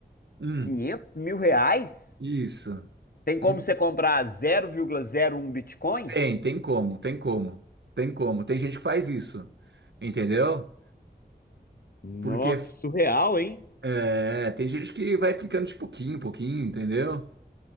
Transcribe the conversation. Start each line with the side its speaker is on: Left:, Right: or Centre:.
Right: Hum,
Left: quinhentos mil reais?
Right: isso.
Left: Tem como
Right: Hum,
Left: você comprar zero zero vírgula zero um Bitcoin?
Right: Tem, tem como, tem como, tem como. Tem gente que faz isso, entendeu?
Left: Nossa,
Right: Porque
Left: que surreal, hein?
Right: é, tem gente que vai aplicando de pouquinho em pouquinho, entendeu?